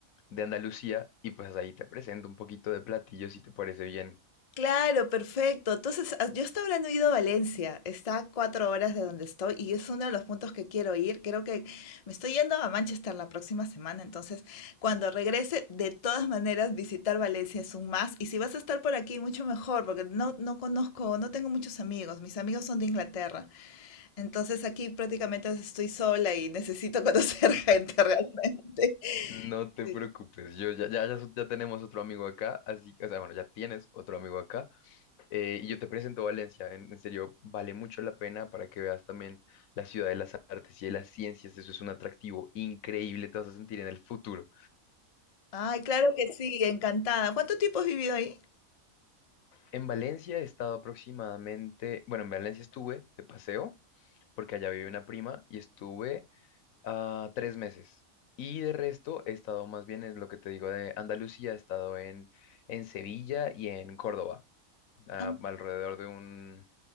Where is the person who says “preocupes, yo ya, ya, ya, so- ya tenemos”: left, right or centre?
Left